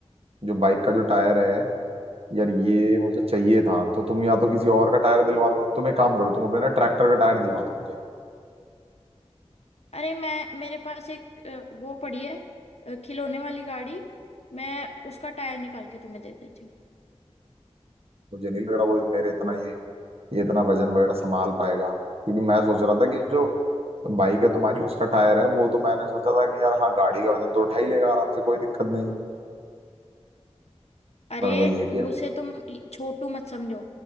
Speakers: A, on the right; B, on the left.
A: जो बाइक का जो टायर है यार ये मुझे चाहिए था तो तुम या तो किसी और का टायर दिलवा दो तुम एक काम करो तुम अपने ना ट्रैक्टर का टायर दिलवा दो मुझे
B: अरे मैं मेरे पास एक अ, वो पड़ी है अ, खिलौने वाली गाड़ी मैं उसका टायर निकाल के तुम्हें दे देती हूँ
A: मुझे नहीं लग रहा वो मेरे इतना ये ये इतना वजन वगैरह संभाल पाएगा क्योंकि मैं सोच रहा था कि जो बाइक है तुम्हारी उसका टायर है वो तो मैंने सोचा था कि यार हाँ गाड़ी का वजन तो उठा ही लेगा आराम से कोई दिक्कत नहीं
B: अरे
A: पर वही है कि
B: उसे तुम छोटू मत समझो